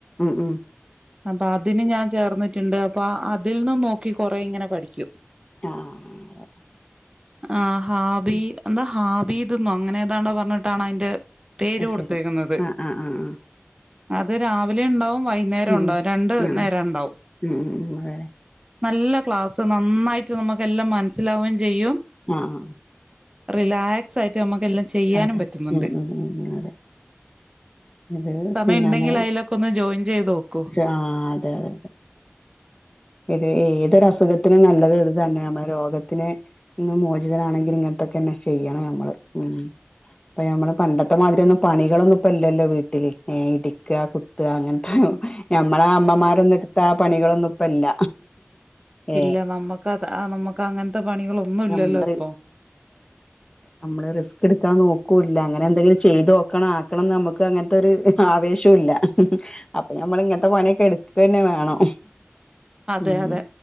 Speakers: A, on the left; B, on the right.
A: ഉം ഉം
B: അപ്പ അതിന് ഞാൻ ചേർന്നിട്ടുണ്ട്. അപ്പൊ ആ <unintelligible> ഇതിൽ നിന്നന്ന് നോക്കി കൊറെ ഇങ്ങനെ പഠിക്കും.
A: ആഹ അതെ
B: ആ ഹാബി
A: ഉം
B: എന്താ ഹാ ത് ഇന്നോ അങ്ങനെ ഏതാണ്ടോ പറഞ്ഞിട്ടാണ് അയിന്റെ പേര്
A: അത്
B: കൊടുത്തേക്കുന്നത്
A: ശരി. ആഹ് ആഹ് ആഹ് ആഹ്
B: അത് രാവിലെ ഉണ്ടാവും, വൈകുന്നേരം
A: ഉം
B: ഉണ്ടാവും
A: ഉം
B: രണ്ടു
A: ആഹ്
B: നേരം ഉണ്ടാവും.
A: ഉം ഉം ഉം അതെ
B: നല്ല ക്ലാസ്സ് നന്നായിട്ട് നമുക്ക് എല്ലാം മനസ്സിലാവുകയും ചെയ്യും
A: ആഹ് ആഹ്
B: റിലാക്സ് ആയി ട്ട് നമുക്ക് എല്ലാം ചെയ്യാനും
A: ആഹ് അതെ.
B: പറ്റുന്നുണ്ട്
A: ഉം ഉം ഉം അതെ. ഇത്
B: സമയം
A: പിന്നാണ്
B: ഇണ്ടെങ്കിൽ അതിലൊക്കെ ഒന്ന് ജോയിൻ ചെയ്ത് നോക്കൂ
A: ആ അതെ അതെ അതെ ഇത് ഏതൊരസുഖത്തിനും നല്ലത് ഇത് തന്നെ നമ്മുടെ രോഗത്തിന് ന്നും മോചിതനാണെങ്കിൽ ഇങ്ങനത്തൊക്കെ തന്നെ ചെയ്യണം നമ്മള് ഉം ഇപ്പൊ ഞമ്മള് പണ്ടത്തെ മാതിരി ഒന്നും പണികളന്നുംപ്പ ഇല്ലല്ലോ വീട്ടില് ഏ ഇടിക്കുക കുത്തുക അങ്ങനത്തെ ഞമ്മള അമ്മമാരൊന്നും എടുത്ത പണികളൊന്നും ഇപ്പ ഇല്ല ഏ
B: ഇല്ല നമ്മക്ക് അത് നമ്മക്ക് അങ്ങനത്തെ പണികളൊന്നും
A: <unintelligible>
B: ഇല്ലല്ലോ ഇപ്പൊ
A: നമ്മള് റിസ്ക് എടു നോക്കൂല്ല അങ്ങനെ എന്തെങ്കിലും ചെയ്ത് നോക്കണം ആക്കണംന്ന് നമുക്ക് അങ്ങനത്ത ഒര് ആവേശോല്ല. അപ്പൊ നമ്മൾ ഇങ്ങനത്തെ പണിയൊക്കെ എടുക്ക തന്നെ വേണം
B: അതെ
A: ഉം
B: അതെ